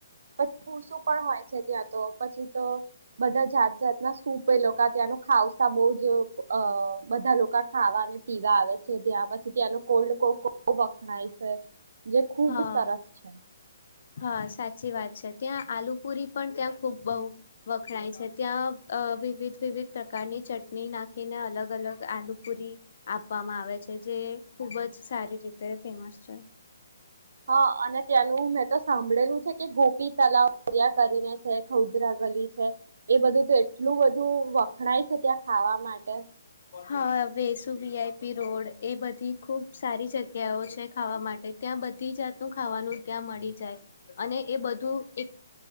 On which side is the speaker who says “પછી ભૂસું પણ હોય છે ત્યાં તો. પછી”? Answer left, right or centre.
Right